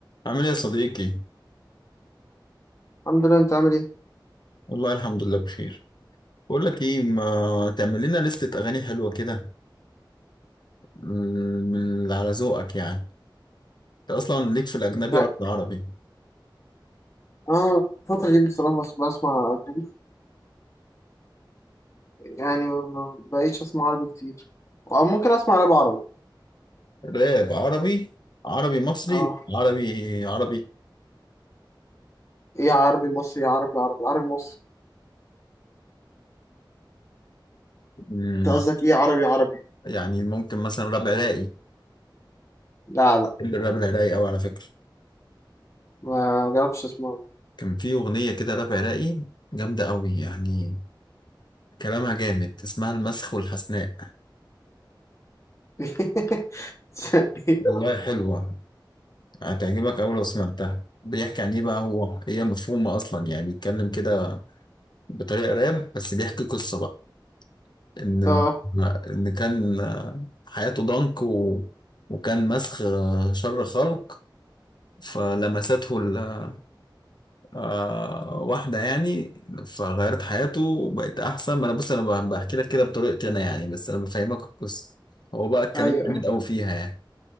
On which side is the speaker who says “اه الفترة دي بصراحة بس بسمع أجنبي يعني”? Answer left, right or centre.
Left